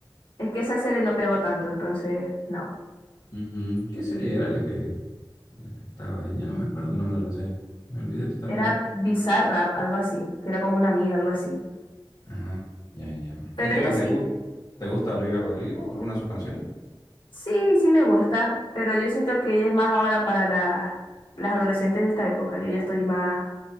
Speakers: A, on the left; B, on the left.
A: Es que esa serie no pegó tanto, entonces no.
B: Ujú. ¿Qué serie era la que, la que estaba? Ya no me acuerdo el nombre de la serie. Me olvidé totalmente.
A: Era Bizarrap, algo así, que era con una amiga, algo así.
B: Ah, ya, ya.
A: Pero
B: ¿Y qué
A: ella
B: tal
A: sí.
B: te gusta? ¿Te gusta Olivia Rodrigo o alguna de sus canciones?
A: Sí, sí me gusta, pero yo siento que ella es más ahora para la- las adolescentes de esta época. Yo ya estoy más,